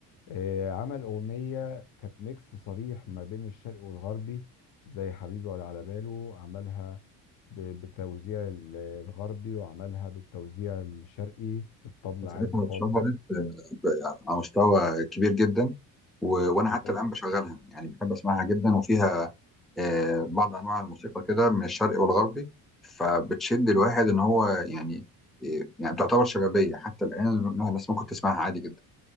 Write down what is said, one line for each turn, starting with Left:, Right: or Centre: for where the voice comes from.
Left: آه، عمل أغنية كانت ميكس صريح ما بين الشرقي والغربي زي حبيبي ولا على باله عملها ب- بالتوزيع ال- الغربي وعملها بالتوزيع الشرقي الطبل
Centre: ساعتها
Left: عادي خالص
Centre: اتشهرت آه، ب- على مستوى كبير جدا و... وانا
Left: بالظبط
Centre: حتى الان بشغلها يعني بحب اسمعها جدا وفيها آه، بعض انواع الموسيقى كده من الشرقي والغربي فبتشد الواحد ان هو يعني آه، يعني تعتبر شبابيه حتى الان إنها الناس ممكن تسمعها عادي جدا